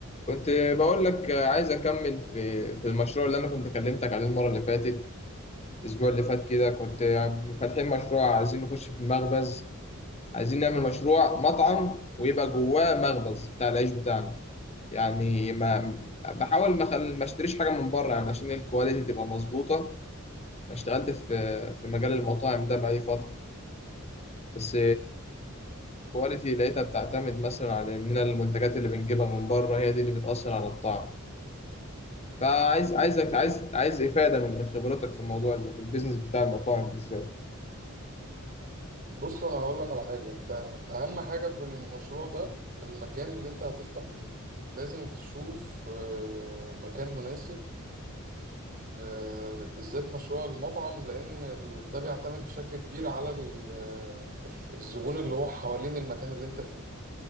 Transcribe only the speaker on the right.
بص انا هقول لك على حاجه انت اهم حاجه في المشروع ده المكان اللي انت هتفتح فيه لازم تشوف آه، مكان مناسب آه، بالذات مشروع المطعم لان ال- ده بيعتمد بشكل كبير على ال- آه، الزبون اللي هو حوالين المكان اللي انت فيه